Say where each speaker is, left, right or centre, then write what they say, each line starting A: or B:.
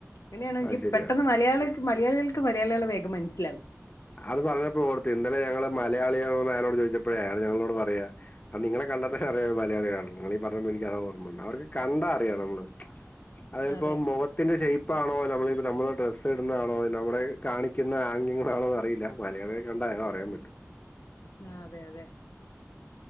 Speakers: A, on the left; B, on the left.
A: അങ്ങനെയാണെൻക്ക്
B: അത് ശരിയാ
A: പെട്ടെന്ന് മലയാളിക്ക് മലയാളികൾക്ക് മലയാളികളെ വേഗം മനസ്സിലാവും
B: അത് പറഞ്ഞപ്പളാ ഓർത്തേ ഇന്നലെ ഞങ്ങള് മലയാളിയാണോന്ന് അയാളോട് ചോയിച്ചപ്പഴേ അയാള് ഞങ്ങളോട് പറയാ അത് നിങ്ങളെ കണ്ടാ തന്നെ അറിയാ മലയാളി ആണെന്ന് നിങ്ങളീ പറഞ്ഞപ്പം എനിക്കതാ ഓർമ്മ വന്നേ അവർക്ക് കണ്ടാ അറിയാം നമ്മള് അത് ചെലപം
A: അതെ
B: മൊഖ ത്തിന്റെ ഷെയ്പ്പാണോ നമ്മളിപ്പം നമ്മള് ഡ്രസ് ഇടുന്ന ആണോ നമ്മുടെ കാണിക്കുന്ന ആംഗ്യങ്ങളാണോ ന്ന് അ റിയില്ല. മലയാളിയെ കണ്ടാ <unintelligible> അറിയാൻ പറ്റും
A: ആഹ് അതെ അതെ